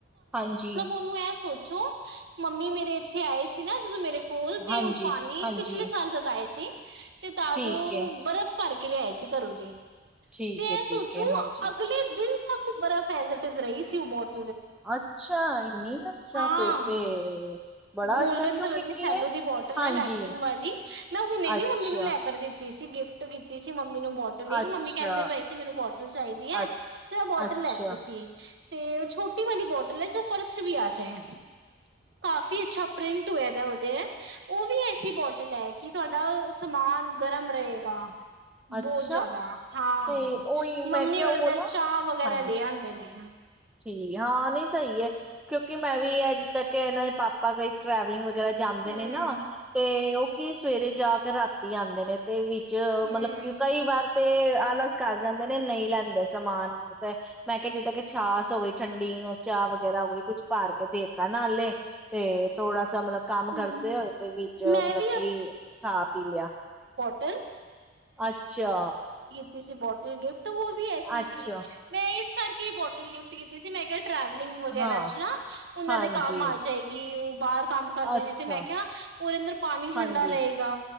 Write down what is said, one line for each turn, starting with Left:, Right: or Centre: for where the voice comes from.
Centre: ਹਾਂਜੀ।
Right: ਉਹਨੂੰ ਇਹ ਸੋਚੋ ਮੰਮੀ ਮੇਰੇ ਇੱਥੇ ਆਏ ਸੀ ਨਾ ਜਦੋਂ ਮੇਰੇ ਕੋਲ ਤੇ
Centre: ਹਾਂਜੀ
Right: ਉਹ ਪਾਣੀ
Centre: ਹਾਂਜੀ
Right: ਪਿਛਲੇ ਸਾਲ ਜਦ ਆਏ ਸੀ ਤੇ ਤਦੋਂ
Centre: ਠੀਕ ਹੈ
Right: ਬਰਫ਼ ਭਰ ਕੇ ਲਿਆਏ ਸੀ ਘਰੋਂ ਦੀ
Centre: ਠੀਕ
Right: ਤੇ
Centre: ਹੈ
Right: ਇਹ
Centre: ਠੀਕ
Right: ਸੋਚੋ
Centre: ਹੈ ਹਾਂਜੀ
Right: ਅਗਲੇ ਦਿਨ ਔਕੁ ਬਰਫ਼ ਐਜ਼ ਇਟ ਇਜ਼ ਰਈ ਸੀ ਔ ਬੋਟ
Centre: ਅੱਛਾ! <unintelligible>
Right: ਹਾਂ!
Centre: ਫਿਰ ਤੇ ਬੜਾ
Right: ਗੋਲਡਨ
Centre: ਅੱਛਾ ਕਿਉਂਕਿ
Right: ਕਲਰ ਦੀ
Centre: ਕੀ
Right: ਸੈਲੋ
Centre: ਹੈ
Right: ਦੀ ਬੋਟਲ
Centre: ਹਾਂਜੀ
Right: ਹੈ ਵੈਕਊਮ ਵਾਲੀ ਮੈਂ ਹੁਣੇ ਵੀ
Centre: ਅੱਛਾ,
Right: ਮੰਮੀ ਨੂੰ ਲੈ ਕਰ ਦਿੱ ਸੀ ਗਿਫਟ ਕੀਤੀ ਸੀ ਮੰਮ ਮੰਮੀ ਨੂੰ ਬੋਟਲ ਦੀ
Centre: ਅੱਛਾ,
Right: ਮੰਮੀ ਕਹਿੰਦੇ ਪਏ ਸੀ ਮੈਨੂੰ ਬੋਟਲ ਚਾਹੀਦੀ ਹੈ
Centre: ਅ
Right: ਤੇ ਮੈਂ ਬੋਟਲ
Centre: ਅੱਛਾ
Right: ਲੈਤੀ ਸੀ ਤੇ ਛੋਟੀ ਵਾਲੀ ਬੋਟਲ ਐ ਜੋ ਪਰਸ ਚ ਵੀ ਆ <unintelligible> ਕਾਫੀ ਅੱਛਾ ਪ੍ਰਿੰਟ ਹੋਐਦੈ ਉਹਦੇ ਉਹ ਵੀ ਐਸੀ ਬੋਟਲ ਹੈ ਕਿ ਤੁਹਾਡਾ ਸਮਾਨ ਗਰਮ ਰਹੇਗਾ
Centre: ਅੱਛਾ
Right: ਬਹੁਤ ਜਾਦਾ, ਹਾਂ!
Centre: ਤੇ ਉਹੀ
Right: ਮੰਮੀ
Centre: ਮੈਂ ਕਿਹਾ
Right: ਉਰਾਂ
Centre: ਉਹ
Right: ਦਾ
Centre: ਨਾ
Right: ਚਾਹ ਵਗੈਰਾ
Centre: ਹਾਂਜੀ।
Right: ਲੇ ਆਂਦੇ ਨੇ।
Centre: ਠੀਕ ਏ, ਹਾਂ ਨੀ ਸਹੀ ਹੈ ਕਿਉਂਕਿ ਮੈਂ ਵੀ ਇਹ ਜਿੱਦਾਂ ਕਿ ਇਹਨਾਂ ਦੇ ਪਾਪਾ ਕਈ ਟਰੈਵਲਿੰਗ ਵਗੈਰਾ ਜਾਂਦੇ
Right: ਹਮ
Centre: ਨੇ ਨਾ ਤੇ ਉਹ ਕਿ ਸਵੇਰੇ ਜਾ ਕੇ ਰਾਤੀ ਆਂਦੇ ਨੇ ਤੇ ਵੀ ਚ
Right: ਹਮ
Centre: ਮਤਲਬ ਕਿ ੳ ਕਈ ਵਾਰ ਤੇ ਆਲਸ ਕਰ ਜਾਂਦੇ ਨੇ ਨਹੀਂ ਲੈਂਦੇ ਸਮਾਨ ਤੇ ਮੈਂ ਕਿਹਾ ਜਿੱਦਾਂ ਕਿ ਛਾਸ ਹੋ ਗਈ ਠੰਡੀ, ਚਾਹ ਵਗੈਰਾ ਹੋ ਗਈ, ਕੁੱਛ ਪਾਾਰ ਕੇ ਦੇਤਾ ਨਾਲੇ ਤੇ ਥੋੜਾ ਮਤਲਬ ਕੰਮ ਕਰਦੇ
Right: ਹਮ
Centre: ਹੋਏ ਤੇ ਵਿੱਚ ਮਤਲਬ
Right: ਮੈਂ ਵੀ
Centre: ਕਿ ਖਾ ਪੀ ਲਿਆ
Right: <unintelligible> <unintelligible>
Centre: ਅੱਛਾ
Right: ਕਿਸੇ ਬੋਟਲ ਗਿਫਟ ਤੇ ਉਹ ਵੀ ਐਸੀ
Centre: ਅੱਛਾ
Right: ਸੀ। ਮੈਂ ਇਸ ਕਰਕੇ ਬੋਟਲ ਗਿਫ਼ਟ ਕੀਤੀ ਸੀ ਮੈਂ ਕਿਹਾ ਟਰੈਵਲਿੰਗ ਵਗੈਰਾ
Centre: ਹਾਂ
Right: ਚ ਨਾ ਉਹਨਾਂ
Centre: ਹਾਂਜੀ
Right: ਦੇ ਕੰਮ ਆ ਜਾਏਗੀ ਉਹ <unintelligible> ਕਰਦੇ
Centre: ਅੱਛਾ
Right: ਨੇ ਤੇ ਮੈਂ ਕਿਹਾ ਉਹਦੇ ਅੰਦਰ ਪਾਣੀ ਠੰਡਾ
Centre: ਹਾਂਜੀ
Right: ਰਹੇਗਾ